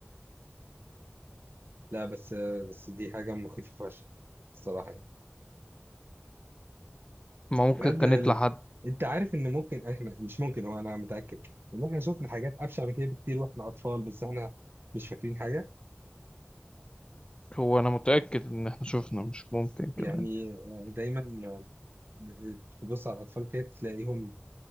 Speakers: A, on the right; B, on the left.
A: لا بس بس دي حاجة مخيفة فشخ الصراحة يعني.
B: ما ممكن
A: بجد
B: كان
A: ال-
B: يطلع حد
A: انت عارف ان ممكن احنا مش ممكن هو انا متأكد ان احنا شفنا حاجات ابشع من كده بكتير واحنا اطفال بس احنا مش فاكرين حاجة
B: هو انا متأكد ان احنا شفنا مش ممكن
A: يعني
B: كمان
A: آه، دايما آه، تبص على الاطفال كده تلاقيهم